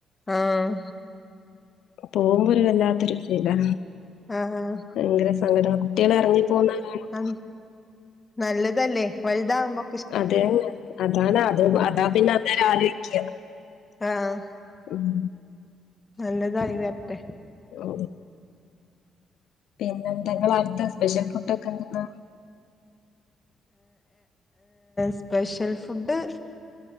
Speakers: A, on the left (about 20°); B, on the left (about 75°).
A: ആഹ്
B: പോകുമ്പോ ഒരു വല്ലാത്തൊരു ഫീലാ
A: ആഹ് ആഹ്
B: ഭയങ്കര സങ്കടാ കുട്ട്യേള് ഇറങ്ങിപ്പോന്നകാണുമ്പം
A: ആഹ് നല്ലതല്ലേ വലുതാവുമ്പോ
B: അതെന്നെ അതാണ് അത് അതാ പിന്നെ അന്നേരം ആലോചിക്ക
A: ആഹ്
B: ഉം
A: നല്ലതായി വരട്ടെ
B: ഓ പിന്നെന്ത നിങ്ങളെടുത്ത സ്പെഷ്യൽ ഫുഡൊക്കെ എന്തെന്നാ
A: സ്പെഷ്യൽ ഫുഡ്